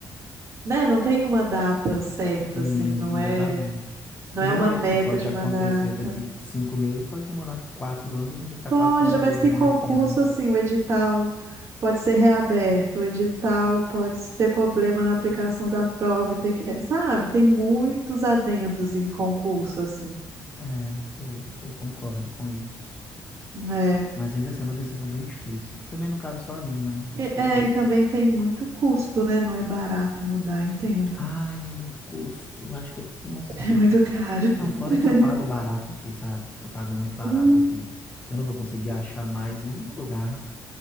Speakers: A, on the right; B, on the left.
A: Né? Não tem uma data certa,
B: Sim,
A: assim, não
B: exatamente.
A: é. Não
B: Do
A: é
B: mesmo
A: uma
B: jeito
A: meta
B: que pode
A: de
B: acontecer
A: uma data.
B: daqui cinco meses, pode demorar quatro anos, a gente vai ficar
A: Pode,
B: quatro anos
A: mas
B: vivendo
A: que concurso,
B: aqui, né?
A: assim, o edital pode ser reaberto, o edital pode ter problema na aplicação da prova e ter que. Sabe? Tem muitos adendos em concurso, assim.
B: É, eu, eu concordo com isso.
A: né.
B: Mas ainda assim é uma decisão bem difícil, que também não cabe só a mim, né?
A: E-
B: Tem que
A: É,
B: ver.
A: e também tem muito custo, né? Não é barato mudar, entendo.
B: Ai, é muito custo. Acho que, é- nossa,
A: <laughs> É muito caro. <laughs>
B: Não, fora que eu pago barato aqui, sabe? Eu pago muito barato
A: Hum,
B: aqui. Eu não vou conseguir achar mais nenhum lugar